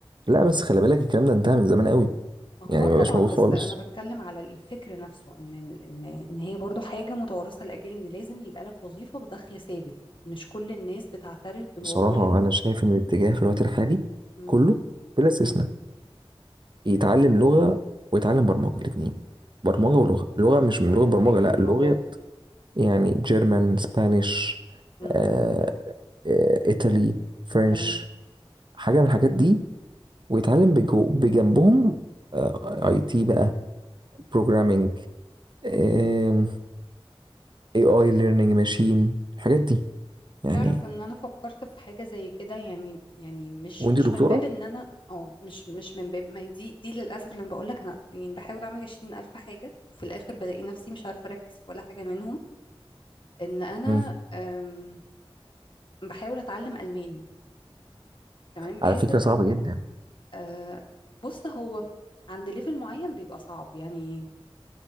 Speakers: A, on the right (about 50°); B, on the left (about 55°).
A: لا بس خلي بالك الكلام ده انتهى من زمان قوي
B: ما
A: يعني
B: هو اه طبعا
A: ما بقاش موجود
B: بس
A: خالص
B: انا بتكلم على الفكر نفسه ان ال- ان ان هي برضو حاجة متوارثة لاجل ان لازم يبقى لك وظيفة بدخل ثابت مش كل الناس بتعترف بالوظائف
A: بصراحة انا شايف ان الاتجاه في الوقت الحالي
B: امم
A: كله بلا استثناء
B: امم
A: يتعلم لغة ويتعلم برمجة الاتنين برمجة ولغة لغة مش من
B: انا
A: لغة برمجة
B: معاك في
A: لا
B: الموضوع
A: لغة
B: ده
A: يعني جيرمان سبانيش
B: امم
A: آه آه ايطالي فرنش
B: تمام
A: حاجة من الحاجات دي ويتعلم بجو بجنبهم آه، اي تي بقى بروجرامينج اي اي ليرنينج ماشين الحاجات دي يعني
B: تعرف ان انا فكرت في حاجه زي كده يعني يعني مش
A: وانت
B: مش
A: دكتورة
B: من باب ان انا اه مش مش من باب ما هي دي دي للاسف اللي انا بقول لك انا يعني بحاول اعمل عشرين الف حاجه وفي الاخر بلاقي نفسي مش عارفه اركز في ولا حاجه منهم ان انا
A: مم.
B: أم، بحاول اتعلم الماني تمام بحيث
A: على فكرة
B: ال
A: صعبة جدا
B: آه، بص هو عند ليفل معين بيبقى صعب يعني